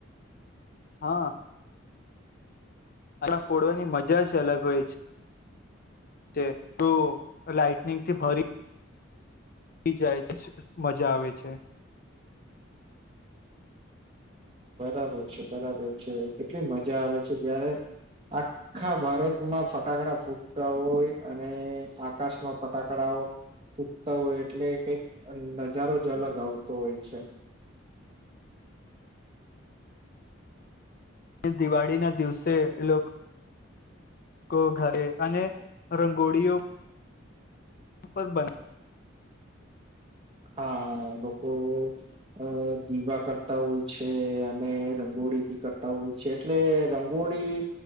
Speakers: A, on the left (about 50°); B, on the right (about 30°).
A: હા. ફટાકડા ફોડવાની મજા જ અલગ હોય છે. તે તું લાાઈટનિંગથી ભરી જાય છે. મજા આવે છે.
B: બરાબર છે બરાબર છે કેટલી મજા આવે છે જ્યારે આખા ભારતમાં ફટાકડા ફૂટતા હોય અને આકાશમાં ફટાકડા ફુટતા હોય એટલે કઈક નજારો જ અલગ આવતો હોય છે.
A: અને દિવાળીના દિવસે લોકો ઘરે અને રંગોળીઓ પર બન
B: હા લોકો અ દીવા કરતા હોય છે અને રંગો ળી બી કરતા હોય છે. એટલે રંગોળી